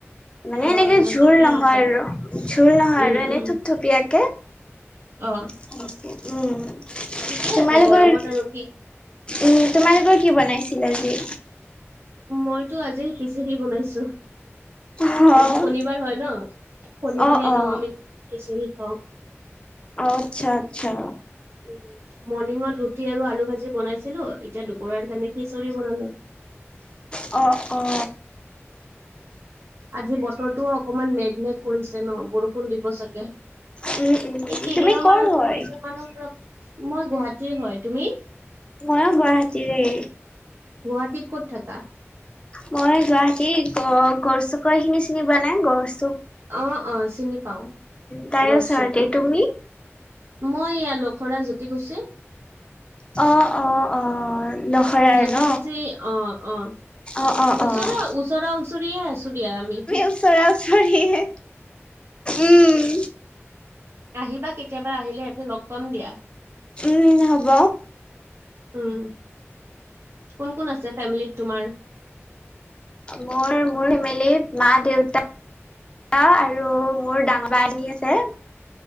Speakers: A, on the left; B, on the right.
A: মানে
B: অ'
A: এনেকে
B: ন
A: ঝোল
B: ঠিকে
A: নহয়
B: আছে।
A: আৰু ঝোল নহয়
B: উম,
A: আৰু এনেই
B: উম,
A: থূপথূপীয়াকে
B: অ'।
A: উম।
B: ঠিকে
A: তোমালোকৰ
B: আছে গৰমত আৰু কি।
A: উম, তোমালোকৰ কি বনাইছিল আজি?
B: মইতো আজি খিচিৰি বনাইছোঁ।
A: অ',
B: আজি শনিবাৰ হয় ন শনিবাৰে
A: অ',
B: এনেও
A: অ',
B: আমি খিচিৰি খাওঁ।
A: আচ্ছা, আচ্ছা।
B: উ মৰ্ণিংত ৰুটি আৰু আলু ভাজি বনাইছিলোঁ এতিয়া দুপৰাৰ কাৰণে খিচৰি বনালো।
A: অ', অ'।
B: আজি বতৰটো অকমান মেঘ মেঘ কৰিছে ন বৰষুণ দিব চাগে।
A: উম, উম,
B: এই কেইদিনৰ
A: তুমি ক'ৰ
B: মানৰ কেইদিনমানৰ
A: হয়?
B: পৰা মই গুৱাহাটীৰ হয়, তুমি?
A: মইও গুৱাহাটীৰে।
B: গুৱাহাটীত ক'ত থাকা?
A: মই গুৱাহাটী গ গৰ চুক এই খিনি চিনি পোৱা নাই গৰ চুক
B: অ অ চিনি পাও
A: তাৰে
B: গৰ
A: ওচৰতে,
B: চুক।
A: তুমি?
B: মই ইয়া লখৰা জ্যোতি কুছি।
A: অ অ অ। লখৰাৰ
B: যতি
A: ন?
B: কুছি অ অ।
A: অ', অ',
B: ওচৰা
A: অ', অ',
B: ওচৰা ওচৰিয়ে আছো দিয়া আমি।
A: ওচৰা ওচৰিয়ে। উম,
B: আহিবা কেতিয়াবা আহিলে ইয়াতে লগ পাম দিয়া।
A: উম হ'ব।
B: উম। কোন কোন আছে ফেমিলিত তোমাৰ?
A: মোৰ মোৰ ফেমিলি মা-দেউতা আৰু মোৰ ডাঙৰ বা এজনী আছে।